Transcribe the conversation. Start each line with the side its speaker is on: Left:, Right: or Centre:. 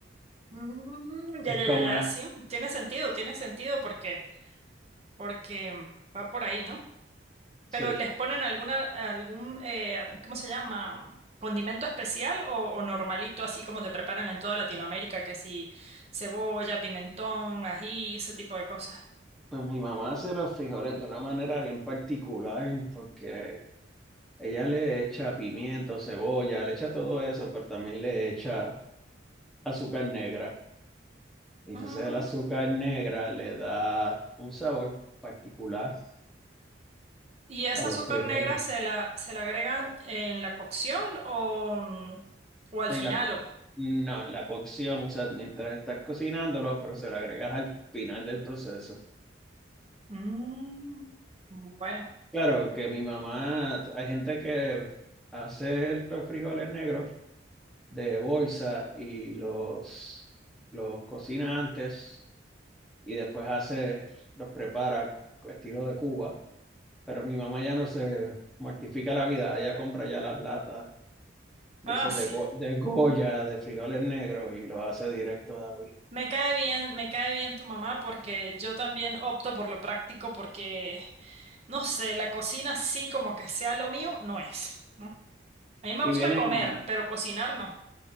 Right: mm, ya,
Centre: Es
Right: ya,
Centre: como
Right: ya, ya,
Centre: una...
Right: sí. Tiene sentido, tiene sentido porque, porque va por ahí, ¿no? Pero
Centre: Sí,
Right: les ponen alguna, algún, eh, ¿cómo se llama? ¿Condimento especial o, o normalito, así como se preparan en toda Latinoamérica? Que si cebolla, pimentón, ají, ese tipo de cosas.
Centre: pues mi mamá hace los frijoles de una manera bien particular porque ella le echa pimiento, cebolla, le echa todo eso, pero también le echa azúcar negra. Y
Right: Mm,
Centre: entonces el azúcar negra le da un sabor particular
Right: ¿Y esa
Centre: a los
Right: azúcar
Centre: frijoles.
Right: negra se la, se la agregan en la cocción o, o al
Centre: En
Right: final?
Centre: la, co-
Right: O...
Centre: no, en la cocción, o sea, mientras estás cocinándolo, pero se lo agregas al final del proceso.
Right: Mm, bueno,
Centre: Claro que mi mamá, hay gente que hace los frijoles negros de bolsa y los, los cocina antes y después hace, los prepara estilo de Cuba, pero mi mamá ya no se mortifica la vida, ella compra ya las latas de
Right: ah,
Centre: esas
Right: sí.
Centre: de, Go- de Goya, de frijoles negros y los hace directo de ahí.
Right: Me cae bien, me cae bien tu mamá porque yo también opto por lo práctico porque No sé, la cocina sí como que sea lo mío, no es, ¿no? A mí me
Centre: Y
Right: gusta
Centre: vienen...
Right: comer, pero cocinar no,